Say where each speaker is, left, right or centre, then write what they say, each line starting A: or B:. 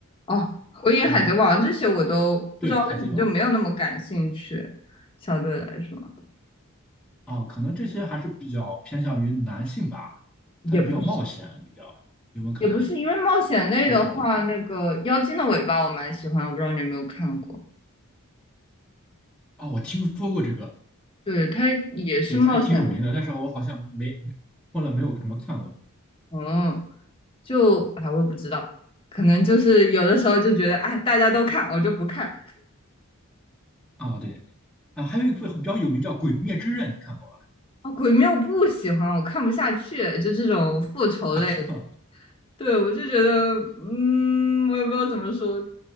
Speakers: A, on the left; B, in the centre.
A: 哦，火影、
B: 呃，
A: 海贼王这些我都不知道为什么就没有那么感兴趣，
B: 对，海贼王
A: 相对来说，
B: 啊，可能这些还是比较偏向于男性吧，
A: 也不是
B: 它比较冒险，比较有没有可能？
A: 也不是因为冒险类的话，
B: 就是
A: 那个《妖精的尾巴》我蛮喜欢，我不知道你有没有看过，
B: 啊，我听说过这个，
A: 对，它也是冒险类，
B: 对，还挺有名的，但是我好像没后来没有怎么看过
A: 嗯，就啊，我也不知道。可能就是有的时候就觉得，哎，大家都看，我就不看。
B: 啊。对啊，还有一部比较有名叫《鬼灭之刃》，你看过
A: 哦，鬼灭我不喜欢，我看不下去，就这种复仇类，
B: 啊 <laughs> 是吗？
A: 对，我就觉得，嗯，我也不知道怎么说，